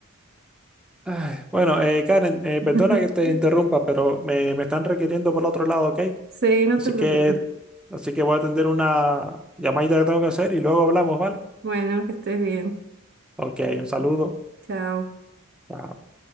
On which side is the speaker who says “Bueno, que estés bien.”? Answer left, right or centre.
Right